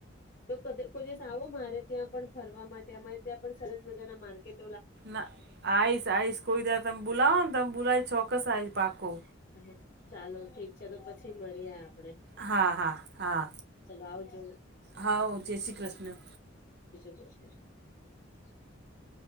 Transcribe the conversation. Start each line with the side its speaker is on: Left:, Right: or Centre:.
Left: તો કદ કોઈ દિવસ આવો મારે ત્યાં પણ ફરવા માટે અમારે ત્યાં પણ સરસ મજાના માર્કેટ
Right: ના આઈસ આઈસ કોઈ દાળ તમ બોલાવો ને તમ બોલાવી ચોકસ આવી પાકો
Left: હા ચાલો ઠીક છે તો પછી મળીએ આપ
Right: હા હા હા
Left: ચલો આવજો
Right: હાઓ જય શ્રી કૃષ્ણ
Left: <unintelligible>